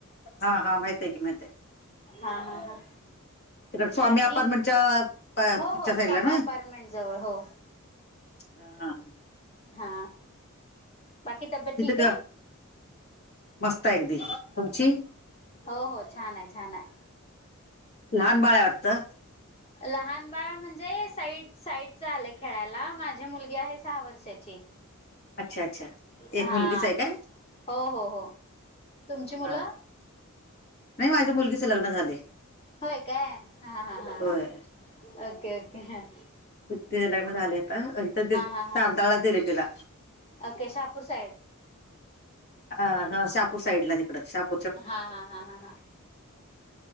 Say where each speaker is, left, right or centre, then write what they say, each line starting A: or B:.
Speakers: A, on the left; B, on the left.
A: हा हा माहिती आहे की माहित आहे.
B: हा हा हा.
A: तिकडे स्वामी
B: बाकी
A: अपार्टमेंटच्या
B: हो हो
A: च्या साईडला
B: स्वामी
A: ना
B: अपार्टमेंट जवळ हो.
A: हा
B: हा बाकी तब्येत
A: तिथे
B: ठीक
A: त्या
B: आहे.
A: मस्त आहे अगदी तुमची?
B: हो हो छान आहे छान आहे.
A: लहान बाळ आहे वाटतं?
B: लहान बाळ म्हणजे साईट साईटचं आलं खेळायला माझी मुलगी आहे सहा वर्षाची.
A: अच्छा अच्छा
B: हां.
A: एक मुलगीच आहे काय
B: हो हो हो तुमची मुलं?
A: हा नाही. माझ्या मुलगीचे लग्न झालंय.
B: होय काय? हा हा हा
A: होय
B: हं, ओके ओके हं.
A: तिचं लग्न झालंय आता, इथंच दिलं
B: हा हा
A: तारदाळला दिलंय तिला.
B: ओके. शहापूर साईड-
A: अं हं शहापूर साईडला तिकडं शहापू
B: हां हां हां हां.